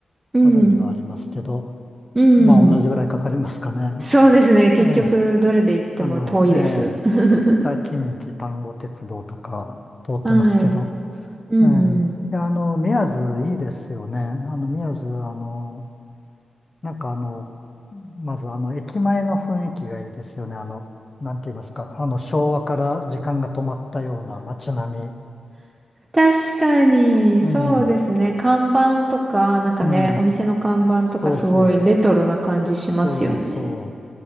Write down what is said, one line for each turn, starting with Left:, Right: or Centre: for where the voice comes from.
Right: うん。
Left: あるにはありますけど、
Right: うん。
Left: まあ同じぐらいかかりますかね。
Right: そうですね。結局、
Left: ええ、
Right: どれで行っても遠いです。
Left: あの、ええ、
Right: <laughs>
Left: 北近畿丹後鉄道とか通ってますけど、
Right: はい。うんうん。
Left: ええ、いや、あの、宮津いいですよね。あの、宮津、あの、なんかあの、まずあの、駅前の雰囲気がいいですよね。あの、なんて言いますか、あの、昭和から時間が止まったような街並み。
Right: 確かに、
Left: うん、
Right: そうですね。看板とか、なんかね、
Left: うん、
Right: お店の看板とかすごいレトロな感じしますよね。
Left: そうそう、そうそ